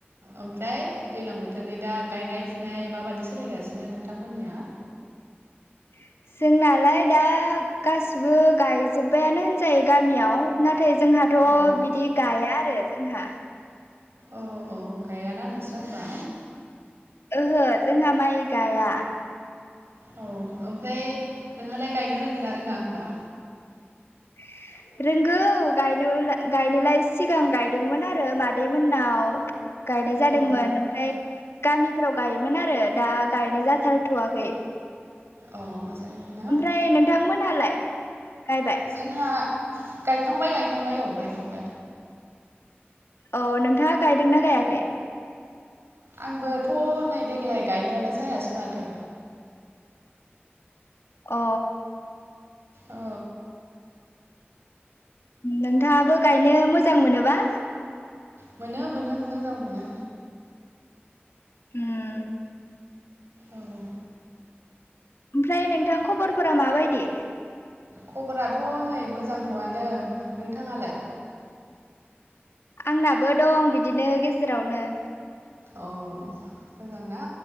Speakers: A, on the right; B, on the left.
A: ओमफ्राय दैलां बोथोरनि दा गायनाय फुनाय माबायदि सोलिगासिनो नोंथांमोननिया।
B: <inaudible> जोंनालाय दा गासिबो गायजोब्बायानो होनजायो गामियाव ना। नाथाय जोंहाथ'
A: अ
B: बिदि गाया आरो जोंहा।
A: औ औ गायाना नोंस्रा होमबा।
B: ओहो जोंहा माइ गाया।
A: औ ओमफ्राय नोंहालाय गायनो रोंगोना रोङा होमबा।
B: <inaudible> रोंगौ गायनोलाय सिगां गायदोंमोन आरो मादै मोननाव। गायनाय जादोंमोन
A: औ
B: ओमफ्राय। गामिफोराव गायोमोन आरो दा गायनाय जाथारथ'वाखै।
A: औ जायाखैना
B: ओमफ्राय नोंथांमोनहालाय गायबाय।
A: जोंहा गायखांबाय गायखांबाय औ गायखांबाय।
B: औ नोंथाङा गायदोंना गायाखै।
A: आंबोथ' नै देग्लाय गायनायानो जायासै माथो।
B: अ।
A: औ
B: नोंथाङाबो गायनो मोजां मोनोबा?
A: मोनो मोनो मोजां मोनो।
B: उम।
A: औ।
B: ओमफ्राय नोंथां खबरफोरा माबायदि?
A: खबराथ' नै मोजांथ'आनो नोंथाङालाय?
B: आंनाबो दं बिदिनो गेजेरावनो।
A: औ मोजां ना?